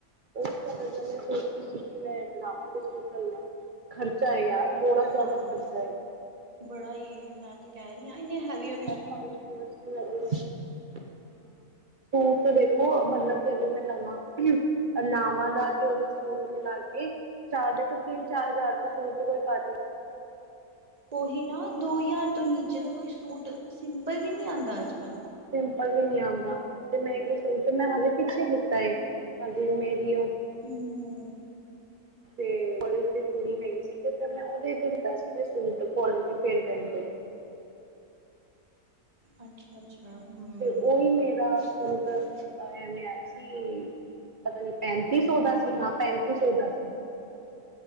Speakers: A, on the right; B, on the right.
A: ਉਸ ਕਲਰ ਦਾ ਮੈਂ, ਸੋਚਦੀ ਸੀ ਕਿ ਮੈਂ ਲਾਵਾਂ ਤੇ ਸੂਟ ਲੈਲਾ ਖਰਚਾ ਹੈ, ਯਾਰ ਬੋੜਾ ਜ਼ਿਆਦਾ
B: ਹਾਂ
A: ਖਰਚਾ ਹੈ
B: ਬੜਾ ਈ, ਮੈਂ ਤੇ ਕਹਿ ਰਹੀ ਹਾਂ, ਇੰਨੇ ਹੈਵੀਂ-ਹੈਵੀ
A: <unintelligible> <inaudible> ਸੂਪ ਦੇਖੋ ਮੱਤਲਬ ਮੈ ਲਵਾਂ ਕਿ? ਲਾਵਾਂ ਦਾ ਤੇ ਉਹਦਾ, ਸੂਟ ਮਿਲਾ ਕੇ ਚਾਰ ਦੇਖੋ, ਤਿੰਨ ਚਾਰ ਹਜ਼ਾਰ ਤੋਂ ਸ਼ੂੂਰ, ਤੋਂ ਕੋਈ ਘੱਟ ਹੀ ਨਈਂ
B: ਉਹੀ ਨਾ, ਦੋ ਹਜ਼ਾਰ ਤੋਂ ਨੀਚੇ ਦਾ ਕੋਈ ਸੂਟ ਸਿੰਪਲ, ਵੀ ਨਹੀਂ ਆਉਂਦਾ, ਅੱਜ ਕੱਲ੍ਹ
A: ਸਿੰਪਲ ਵੀ ਨਹੀਂੀ ਆਉਂਦਾ, ਤੇ ਮਹਿੰਗੇ ਸੂਟ ਤੇ ਮੈਂ ਹਜੇ ਪਿੱਛੇ ਲਿੱਤਾ ਏ, ਹਜੇ ਮੇਰੀ ਉਹ
B: ਹੁੰ
A: ਤੇ ਕੋਲੇਜ ਦੀ ਕੁੜੀ ਹੈਗੀ ਸੀ, ਤੇ ਫਿਰ ਮੈਂ ਉਹਦੇ ਤੇ ਲਿੱਤਾ ਸੀ ਜੇ ਸੂਟ ਕੋਲੇਜ ਦੇ ਫਾਇਰਵੈੱਲ ਤੇ
B: ਅੱਛਾ-ਅੱਛਾ ਹੁੰ
A: ਤੇ ਉਹੀ ਮੇਰਾ ਐਵੇਂ ਆਇਆ ਸੀ, ਪਤਾ ਨੀ ਪੈਂਤੀ ਸੌ ਦਾ ਸੀ, ਹਾਂ ਪੈਂਤੀ ਸੌ ਦਾ ਸੀ।